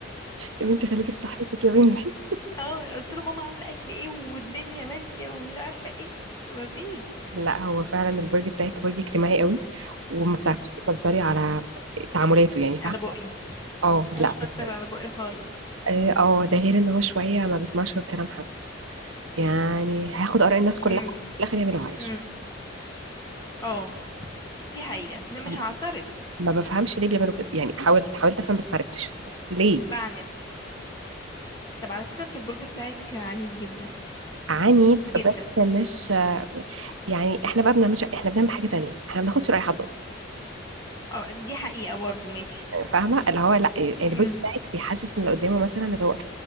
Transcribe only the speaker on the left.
<laughs> اه قلت له ماما عامله اكل ايه والدنيا ماشيه ومش عارفه ايه مفيش
على بقي
انا
مش بفلتر
على بقي خالص
امم
امم اه دي حقيقة لا مش
هعترض
بعند طب على فكرة انت البرج بتاعك عنيد جدا
جدا
اه دي حقيقة برضو ماشي
امم